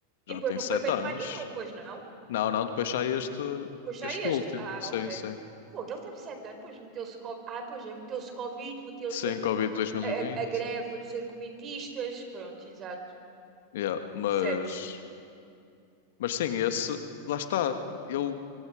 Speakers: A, on the left; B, on the right.
A: já
B: E depois
A: tem
B: não
A: sete
B: foi feito
A: anos.
B: mais nenhum, pois não?
A: Não, não, depois sai este,
B: Puxei
A: este
B: este.
A: último.
B: Ah,
A: Sim,
B: ok.
A: sim.
B: Pô, ele teve sete anos, pois meteu-se co- ah, pois é, meteu-se Covid, meteu-se
A: Sim,
B: a,
A: Covid 2020.
B: a- a greve dos argumentistas. Pronto, exato.
A: Yeah, mas,
B: Percebe-se.
A: mas sim, esse, lá está. Eu,